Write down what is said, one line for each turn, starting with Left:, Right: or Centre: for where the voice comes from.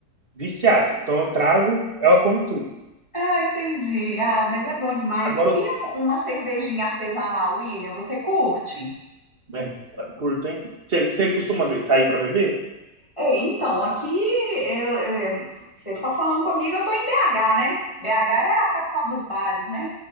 Right: viciada. Então eu trago, ela come tudo.
Left: Ah, entendi. Ah, mas é bom demais.
Right: Agora, eu-
Left: E um- uma cervejinha artesanal, William, você curte?
Right: é, curto, hein? Você você costuma be- sair pra beber?
Left: É, então, aqui eu- eu- você está falando comigo, eu estou em BH, né? BH é a capital dos bares, né?